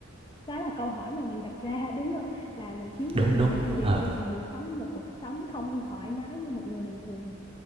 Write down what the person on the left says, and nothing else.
đó là câu hỏi mà mình đặt ra đúng không là mình kiếm
nhiều tiền
để làm gì
nhưng mà mình sống một cuộc sống không thoải mái như một người bình thường